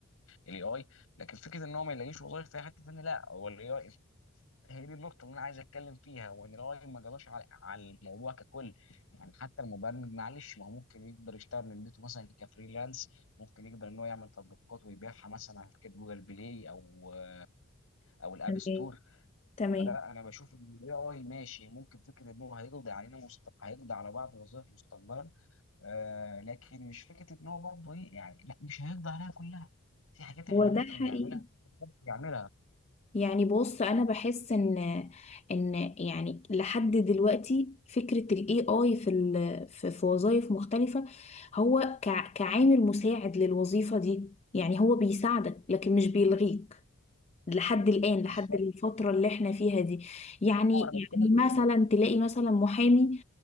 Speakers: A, on the left; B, on the left.
A: الاي اي لكن فكره ان هو ما يلاقيش وظايف في أي حته ثانيه لا هو الاي اي هي دي النقطه اللي انا عايز اتكلم فيها وان الاي ما جراش على على الموضوع ككل يعني حتى المبرمج معلش ما هو ممكن يقدر يشتغل من بيته مثلا كفريلانس ممكن يقدر ان هو يعمل تطبيقات ويبيعها مثلا على شركه جوجل بلاي او او الاب
B: تمام
A: ستور
B: تمام
A: فلا انا بشوف ان الاي اي ماشي ممكن فكره ان هو هيقضي علينا مست... هيقضي على بعض الوظائف مستقبلا آه لكن مش فكره ان هو برضه ايه يعني لا مش هيقضي عليها كلها في حاجات احنا
B: هو ده
A: ممكن
B: حقيقي
A: نعملها ممكن نعملها
B: يعني بص انا بحس ان ان يعني لحد دلوقتي فكره الاي اي في ال في, في وظائف مختلفه هو كع- كعامل مساعد للوظيفه دي يعني هو بيساعدك لكن مش بيلغيك لحد الآن
A: بالظبط
B: لحد الفترة اللي احنا فيها دي يعني
A: أه، انا
B: يعني
A: بتكلم
B: مثلا
A: في كده
B: تلاقي مثلا محامي